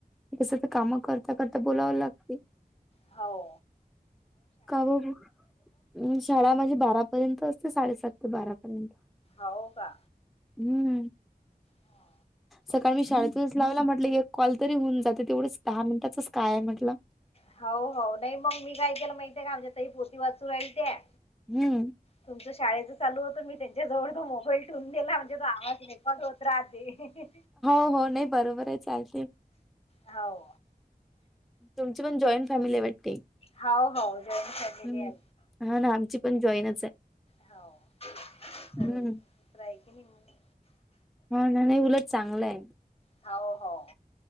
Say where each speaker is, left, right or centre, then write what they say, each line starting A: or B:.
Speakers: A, in the centre; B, on the left.
A: एस काम करता करता बोलाव लागते
B: हाव
A: काव हंस शाळा म्हजे बारापर्यंत असते साडेसात ते बारापर्यंत
B: हाव का
A: हम्म
B: हा
A: सकाळी शाळेतून लावला म्हटले एक कॉल तरी होऊन जाते तेवढेच दहा मिनिटातच काय म्हटलं
B: हाव, हाव नाही मग मी काय केलं माहतीे का आमच्याही पोती वाचू राहीत्या
A: हम्म
B: तुमच्या शाळेचे चालू होतं मी त्यांच्याजवळ तो मोबाईल टेवून गेला म्हणजे तो आवाज रेकॉर्ड होत राहते
A: होणे बरोबर आहेत चालते
B: हाव
A: तुमची पण जॉईंट फॅमिली आहे वाटते
B: हाव, हाव जॉईन फॅमिली
A: हम्म
B: आहे
A: हा ना आमची पण जॉईनच आहे
B: हाव सर्वत्र
A: हम्म
B: आहे की नाही
A: हा नाही नाही उलट चांगलं आहे
B: हाव, हाव